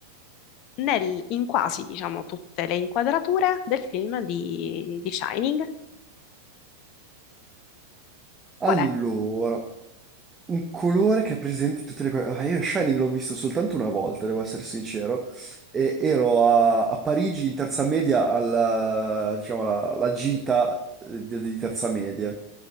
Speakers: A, on the left (about 40°); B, on the right (about 15°).
A: nel- in quasi, diciamo, tutte le inquadrature del film di, di Shining. Qual
B: Allora,
A: è?
B: un colore che è presente in tutte le cose. Ah, Io Shining l'ho visto soltanto una volta, devo essere sincero. E ero a, a Parigi in terza media alla, diciamo, alla- alla gita eh, di, di terza media,